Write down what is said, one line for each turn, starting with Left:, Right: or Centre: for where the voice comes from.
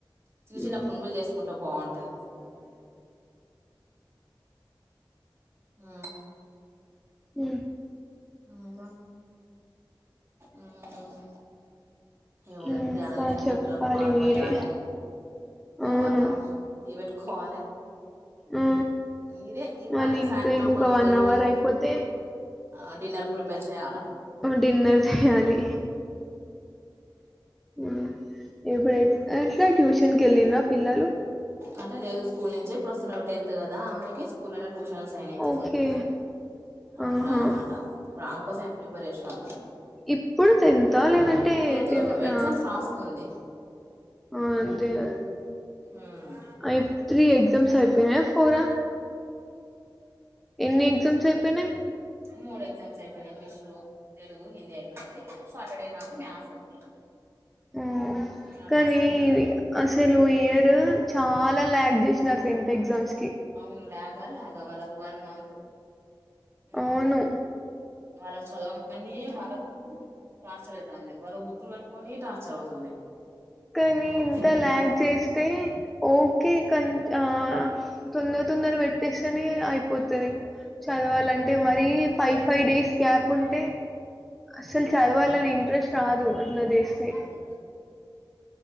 Right: చిన్న చిన్న
Centre: ఉమ్.
Right: పునుగులు చేసుకుంటే బాగుంటది. ఉమ్.
Centre: ఉమ్.
Right: ఆవ్ రా ఉమ్. ఏమున్నాది
Centre: ఇంకా
Right: ఇపుడు గర చేసినాక
Centre: చెప్పాలి
Right: పిల్లలకు పాలు
Centre: మీరే
Right: పోయాలే. తర్వాత
Centre: అవును
Right: టీ పెట్టుకోవాలి.
Centre: ఆ
Right: ఇదే ఇ
Centre: మళ్ళీ
Right: పని సాయంత్రం
Centre: ఇంకా ఇంకొక
Right: పనులు
Centre: వన్
Right: ఈవినింగ్
Centre: అవర్ అయిపోతే
Right: ఆ డిన్నర్కి ప్రిపేర్ చేయాల
Centre: డిన్నర్ చేయాలి ఉ ఎప్పుడు ఎట్లా ట్యూషన్ కి వెళ్ళిన్రా పిల్లలు
Right: అంటే లేదు స్కూల్ నుంచి ఇప్పుడు వస్తున్నారు టెన్త్ కదా అమ్మాయికి స్కూల్ ట్యూషన్స్ అయినాయి ఇంత
Centre: ఓకే
Right: సేపు అట్లా
Centre: ఆహా
Right: అన్నమాట ఇప్పుడు ఆమె కోసం ఈ ప్రిపరేషను
Centre: ఇప్పుడు టెన్తా లేదంటే
Right: లేదు
Centre: టెన్
Right: ఎగ్జామ్స్
Centre: ఆ
Right: రాస్తుంది.
Centre: అదే అదే
Right: ఉమ్
Centre: అయి త్రీ ఎగ్జామ్స్ ఐపేయినయ. పోరా ఎన్ని ఎగ్జామ్స్ అయిపేయినయ్.
Right: మూడు ఎగ్జామ్స్ ఐపోయినయ్ ఇంగ్లీషు తెలుగు హిందీ ఐపేయింది రేపు సాటర్డే నాడు మ్యాథ్స్ ఉంది.
Centre: ఉమ్మ్
Right: ఆ
Centre: కానీ
Right: మ్యాథ్స్ కి ప్రిపేర్ అవుతాను
Centre: అసలు ఈ ఇయర్ చాలా లైక్ జేష్. నా టెన్త్ ఎగ్జామ్స్ కి
Right: అవును ల్యాగా లాగా వాళ్ళకు వన్ మంతూ ఊ
Centre: అవును.
Right: వాళ్ళకు చదవ మని వాళ్ళకు టార్చరైతాంది వాళ్లకు బుక్కులు వట్టుకొని టార్చర్ అవుతుంది
Centre: కానీ
Right: పాపం
Centre: ఇంత
Right: పిల్లలు ఇబ్బంది
Centre: ల్యాగ్ జెస్తే ఓకే కంట్ ఆ తొందర తొందర వెట్టేస్తేనే అయిపోతది చదవాలంటే మరీ ఫై ఫైవ్ డేస్ గ్యాప్ ఉంటే అసల్ చదవాలని ఇంట్రెస్ట్ రాదు అట్లా చేస్తే.
Right: అవును